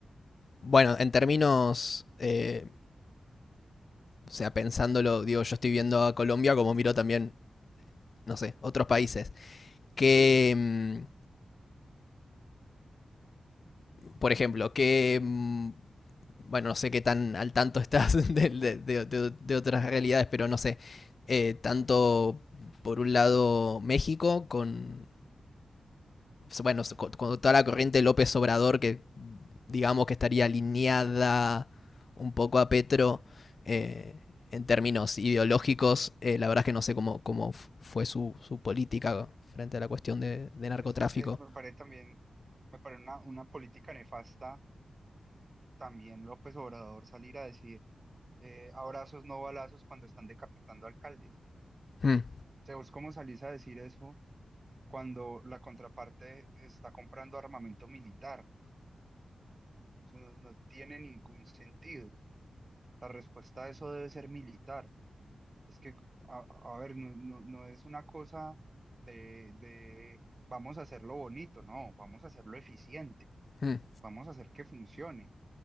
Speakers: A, on the left; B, on the right.
A: bueno, en términos, eh, o sea, pensándolo, digo, yo estoy viendo a Colombia como miro también, no sé, otros países. ¿Qué, mm, por ejemplo, que... mm, Bueno, no sé qué tan al tanto estás <laughs> de, de- de- de- de otras realidades, pero no sé. eh, tanto por un lado México con, bueno, so- con, con toda la corriente López Obrador que digamos que estaría alineada un poco a Petro eh, en términos ideológicos. eh, la verdad es que no sé cómo, cómo f- fue su, su política frente a la cuestión de, de narcotráfico.
B: Pues es que me parece también, me parece una, una política nefasta también López Obrador salir a decir eh, abrazos, no balazos cuando están decapitando alcaldes. O
A: Mm,
B: sea, ¿vos cómo salís a decir eso cuando la contraparte está comprando armamento militar? Eso no no tiene ningún sentido. La respuesta a eso debe ser militar. Es que, a, a ver, no, no- no es una cosa de, de vamos a hacerlo bonito, no, vamos a hacerlo eficiente,
A: mm.
B: vamos a hacer que funcione.